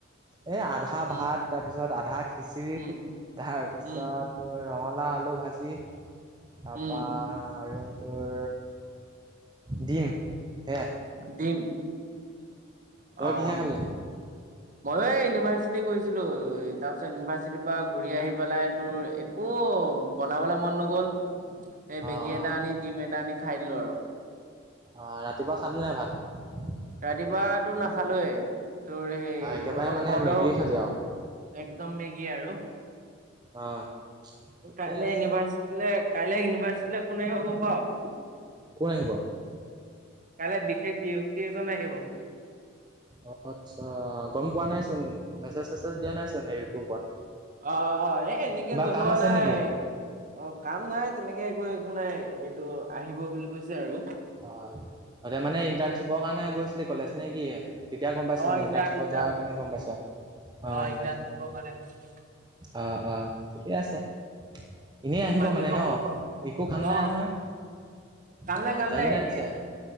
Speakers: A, on the right; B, on the right.
A: এ আধা আধা
B: উম,
A: ভাত তাৰ পিছত আধা খিচিৰি
B: উম,
A: তাৰ পিছত
B: উম,
A: তোৰ ৰঙালাও আলু ভাজি তাৰপা
B: উম,
A: আৰু তোৰ দিম হেয়া।
B: দিম
A: তই
B: অহ।
A: কিহে খালি?
B: মই এই ইউনিভাৰ্চিটি গৈছিলোঁ তাৰ পিছত ইউনিভাৰ্চিটিৰ পৰা ঘূৰি আহি পেলাই তোৰ ও বনাবলৈ মন নগ'ল এই
A: অ অ
B: মেগী এটা আনি ডিম এটা আনি খাই দিলোঁ আৰু।
A: অ', ৰাতিপুৱা খালি নে ভাত।
B: ৰাতিপুৱাতো নাখালোৱে তোৰ সেই
A: একেবাৰে
B: অলপ
A: মানে
B: খৰ্দৰ
A: মেগী খালি আৰু।
B: একদম মেগী আৰু
A: অ। ঠিকে
B: কাইলৈ
A: আছে
B: ইউনিভাৰ্চিটিলৈ কাইলৈ ইউনিভাৰ্চিটিলৈ কো আহিব গ'ম পাও।
A: কোন আহিব?
B: কাইলৈ বিশেষ ব্যক্তি এজন আহিব।
A: অ', আচ্ছা গ'ম পোৱা নাইচোন মেছেজ চেছেজ দিয়া নাইচোন সেই গ্ৰুপত।
B: অ', এ এনেকে
A: কিবা
B: জনোৱা
A: কাম আছে
B: নাই
A: নেকি?
B: অ', কাম নাই তেনেকে এ কৈ একো নাই এইটো আহিব বুলি কৈছে আৰু।
A: হয় তাতে মানে ইণ্টাৰণশ্বিপৰ কাৰণে গৈছিলি কলেজ নে কি? তেতিয়া গ'ম পাইছোঁ
B: অ',
A: মানে
B: ইণ্টাৰ্ণ
A: ইণ্টাৰৰ্ণশ্বিপত
B: ইণ্টাৰ্ণ
A: যোৱাৰ কাৰণে গ'ম পাইছ। আহ
B: অ',
A: ইণ্টাৰ্ণশ্বিপত
B: ইণ্টাৰ্ণশ্বিপৰ কাৰণে
A: আহ, আহ ঠিকে আছে। এনেই আহিব
B: বাকী
A: মানে
B: খবৰ
A: ন
B: ক?
A: একো কাম নাই
B: অ',
A: নহয়
B: কাম
A: অ'।
B: কাম
A: যাবি নাই
B: এনেই
A: পিছে
B: আহিব